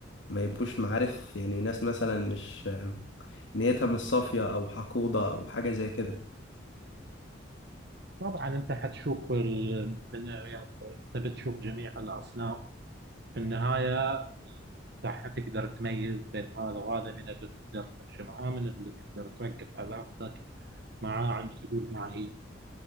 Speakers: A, on the left (about 75°); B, on the right (about 60°).
A: ما يبقوش معارف يعني ناس مثلا مش آه، نيتها مش صافية او حقودة او حاجة زي كده
B: طبعا انت حتشوف ال... من... يعني انت بتشوف جميع الاصناف في النهايه راح تقدر تميز بين هذا وهذا من اللي تقدر تمشي معاه من اللي تقدر توقف علاقتك معاه عند حدود معينة